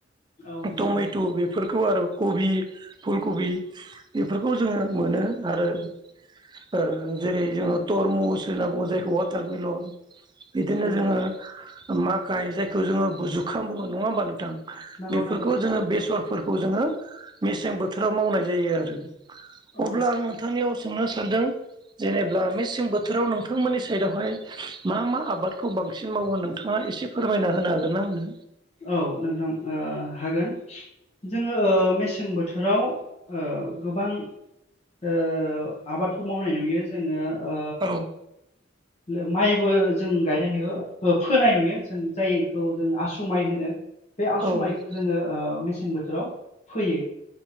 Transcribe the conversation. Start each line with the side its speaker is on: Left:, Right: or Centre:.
Left: औ नंगौ
Right: टमेट', बेफोरखौ आरो कबि, फुलकबि, बेफोरखौ जोङो मोनो आरो ओ जेरै जोङो तरमुस होनना बुङो जायखौ वाटारमेलन बिदिनो
Left: नंगौ
Right: जोङो मा काय जाय जोङो बु जुखाम बुङो नङा होमबा नोंथां?
Left: नंगौ
Right: बेफोरखौ
Left: नंगौ
Right: जोङो बेसरफोरखौ जोङो मेसें बोथोराव मावनाय जायो आरो। अब्ला
Left: औ
Right: आं नोंथांनियाव सोंनो सानदों जेनेबा मेसें बोथोराव नोंथांमोननि साइदावहाय मा मा आबादखौ बांसिन मावो नोंथाङा एसे फोरमायना होनो हागोन ना आंनो?
Left: औ नोंथां ओ हागोन जोङो ओ मेसें बोथोराव ओ गोबां ओ आबाद फोर मावनाय नुयो जोङो ओ
Right: औ
Left: लो माइबो जों गायनाय नुयो फो-फोनाय नुयो जों जायखौ जों आसु माइ होनो। बे आसु
Right: औ
Left: माइखौ जोङो ओ मेसें बोथोराव फोयो।